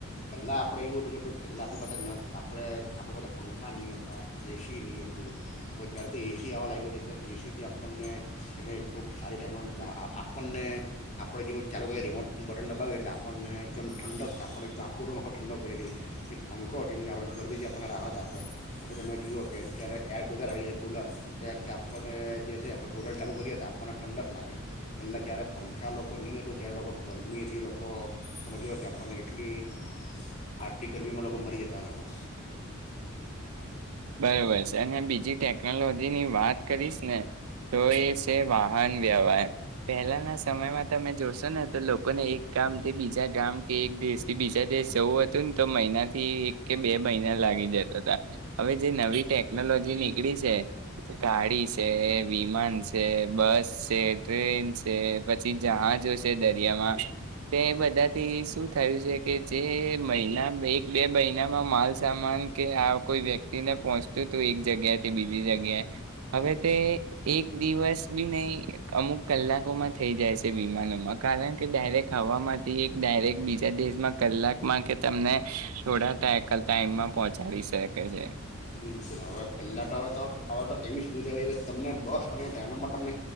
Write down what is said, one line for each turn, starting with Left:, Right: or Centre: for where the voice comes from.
Left: પહેલાં આપણે એવું હતું કે ભાઈ પહેલાં આપણી પાસે ન આપણે આપણી પાસે પંખા નહીં હતા એસી નહીં હતું હવે જ્યારેથી એસી આવવા લાગ્યું છે ત્યારે એસીથી આપણને ખૂબ સારી ટેકનોલોજી આપણને આપણે જેવું ચાલુ કરીએ રિમોટનું બટન દબાવ્યું એટલે આપણને એકદમ ઠંડક આપણ એકદમ આખોરો આખો ઠંડક કરી દી એ પંખો જેમ કે આપણે ગરમીથી આપણને રાહત આપે પલે તમે જુઓ કે અત્યારે એર કૂલર આવી જાય કૂલર એ કે આપણે જે છે આપણે કૂલર ચાલુ કરીએ હતાણે લોકોણને ઠંડક લાગે પહેલાં જ્યારે પંખા લોકો નહીં હતું ત્યારે લોકો ગરમીથી લોકો તમે જોયો કે આપણને એટલી આટલી ગરમીમાં લોકો મરી જતા લોકો
Right: બરોબર છે અને બીજી ટેકનોલોજી ની વાત કરીશ ને તો એ છે વાહન વ્યવહાર પહેલાના સમયમાં તમે જોશો ને તો લોકોને એક કામ તે બીજા ગામ કે એક દેશ થી બીજા દેશ જવું હતું ને તો મહિના થી એક કે બે મહિના લાગી જતા હતાા હવે જે નવી ટેકનોલોજી નીકળી છે ગાડી છે વિમાન છે બસ છે ટ્રેન છે પછી જહાજો છે દરિયામાં તે બધાથી શું થયું છે કે જે મહિના એક બે મહિનામાં માલસામાન કે આ કોઈ વ્યક્તિ પહોંચતું હતું એક જગ્યાથી બીજી જગ્યાએ હવે તે એક દિવસ બી નહી અમુક કલાકોમાં થઈ જાય છે વિમાનોમાં કારણ કે ડાયરેક્ટ હવામાંથી એક ડાયરેક્ટ બીજા દેશમાં કલાકમાં કે તમને થોડા ટાઈમમાં પહોંચાડી શકે છે
Left: બિલકુલ હવે પહેલાં તો હવે તો હવે તો એવી સુવિધા હોવી છે કે તમને બસ અને ટ્રેનોમાં તમને